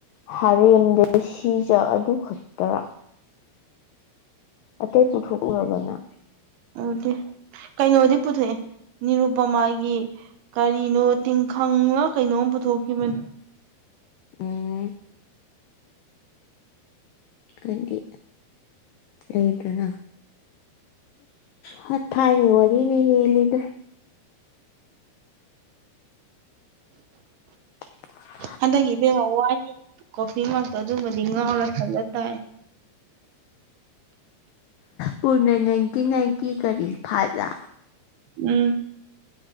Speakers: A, on the left; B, on the right.
A: ꯍꯥꯔꯦꯝꯗ ꯁꯤꯖ ꯑꯗꯨ ꯈꯛꯇꯔ ꯑꯇꯩ ꯄꯨꯊꯣꯛꯎꯔꯕꯅ
B: ꯎ ꯀꯩꯅꯣꯗꯤ ꯄꯨꯊꯣꯛꯑꯦ ꯅꯤꯔꯨꯄ ꯃꯥꯒꯤ ꯀꯔꯤꯅꯣ ꯇꯤꯡꯈꯪꯂ ꯀꯩꯅꯣꯝ ꯄꯨꯊꯣꯛꯈꯤꯕꯅꯤ
A: ꯎꯝ ꯑꯗꯨꯗꯤ ꯍꯗꯅ ꯍ ꯊꯥꯏꯅꯤ ꯋꯥꯔꯤꯅꯦ ꯂꯤꯗ <unintelligible>
B: ꯍꯟꯗꯛ ꯏꯕꯦꯡ ꯍꯋꯥꯏ ꯀꯣꯐꯤꯃꯛꯇꯣ ꯑꯗꯨꯃꯗꯤ ꯉꯥꯎꯔ ꯊꯝꯂ ꯇꯥꯏ
A: ꯄꯨꯅ ꯅꯥꯏꯟꯇꯤꯟ ꯅꯥꯏꯟꯇꯤ ꯀꯔꯤ ꯐꯥꯖ
B: ꯎꯝ